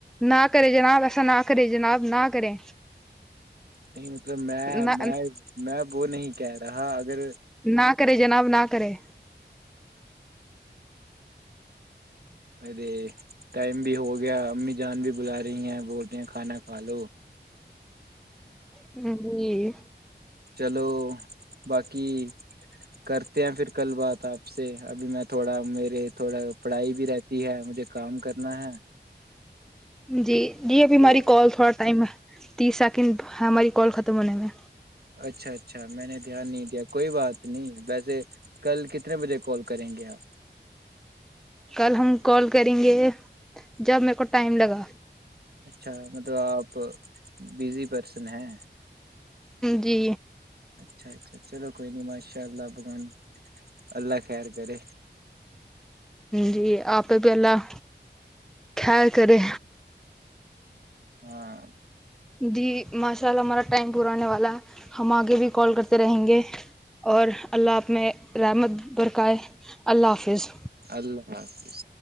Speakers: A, in the centre; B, on the right.
A: نہ کرے جناب ایسا نہ کرے جناب نہ کرے
B: نہیں مطلب میں
A: نہ
B: میں میں وہ نہیں کہہ رہا اگر
A: نہ کرے جناب نہ کرے
B: ارے ٹائم بھی ہو گیا امی جان بھی بلا رہی ہیں بولتے ہیں کھانا کھا لو
A: جی
B: چلو باقی کرتے ہیں پھر کل بات آپ سے ابھی میں تھوڑا میرے تھوڑا پڑھائی بھی رہتی ہے مجھے کام کرنا ہے
A: جی جی ابھی ہماری
B: تو
A: کال تھوڑا ٹائم ہے تیس سیکنڈ ہماری کال ختم ہونے میں
B: اچھا اچھا میں نے دھیان نہیں دیا کوئی بات نہیں ویسے کل کتنے بجے کال کریں گے آپ
A: کل ہم کال کریں گے جب میر کو ٹائم لگا
B: اچھا مطلب آپ بزی پرسن ہیں
A: جی
B: اچھا اچھا چلو کوئی نہیں ماشاء اللہ بگوان اللہ خیر کرے
A: جی آپہ بھی اللہ کیر کرے
B: ہاں
A: جی ماشاء اللہ ہمارا ٹائم پورااننے والا ہے ہم آگے بھی کال کرتے رہیں گے اور اللہ آپ میں رحمت برکائے اللہ حافظ
B: اللہ حافظ